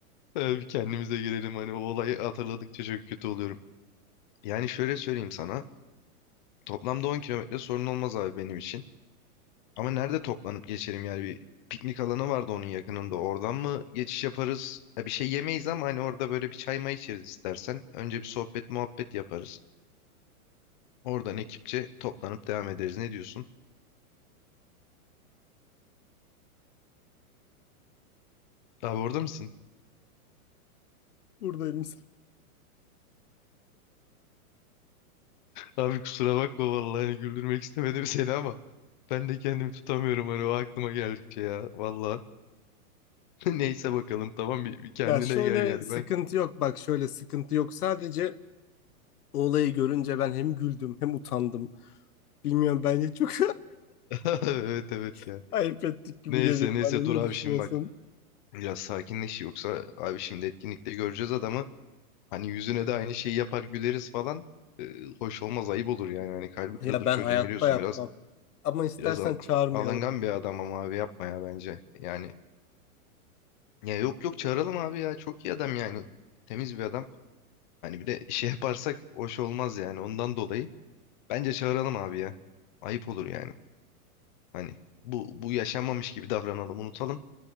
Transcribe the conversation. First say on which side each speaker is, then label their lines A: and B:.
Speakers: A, on the left; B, on the left.
A: Abi kendimize gelelim hani o olayı hatırladıkça çok kötü oluyorum. Yani şöyle söyleyeyim sana. Toplamda 10 kilometre sorun olmaz abi benim için. Ama nerede toplanıp geçelim yani bir piknik alanı vardı onun yakınında. Oradan mı geçiş yaparız? Ya bir şey yemeyiz ama hani orada böyle bir çay may içeriz istersen. Önce bir sohbet muhabbet yaparız. Oradan ekipçe toplanıp devam ederiz. Ne diyorsun? Abi orada mısın?
B: Buradayım.
A: Abi kusura bakma vallahi hani güldürmek istemedim seni ama ben de kendimi tutamıyorum hani o aklıma geldikçe ya vallahi. <laughs> Neyse bakalım tamam bir, bir kendine
B: Ya şöyle
A: gel yani
B: sıkıntı
A: ben.
B: yok. Bak şöyle sıkıntı yok. Sadece o olayı görünce ben hem güldüm hem utandım. Bilmiyorum bence çok
A: <laughs> Evet evet
B: <laughs>
A: ya.
B: ayıp ettik gibi
A: Neyse
B: geliyor
A: neyse
B: bana.
A: dur
B: Ne
A: abi
B: düşünüyorsun?
A: şimdi bak biraz sakinleş yoksa abi şimdi etkinlikte göreceğiz adamı. Hani yüzüne de aynı şeyi yapar güleriz falan. Ee, hoş olmaz ayıp olur yani hani kalbi kırılır
B: Ya ben
A: çocuğun
B: hayatta
A: biliyorsun
B: yapmam.
A: biraz
B: Ama istersen
A: biraz al-
B: çağırmayalım.
A: alıngan bir adam ama abi yapma ya bence. Yani ya yok yok çağıralım abi ya çok iyi adam yani temiz bir adam. Hani bir de şey yaparsak hoş olmaz yani ondan dolayı. Bence çağıralım abi ya. Ayıp olur yani. Hani bu bu yaşanmamış gibi davranalım, unutalım.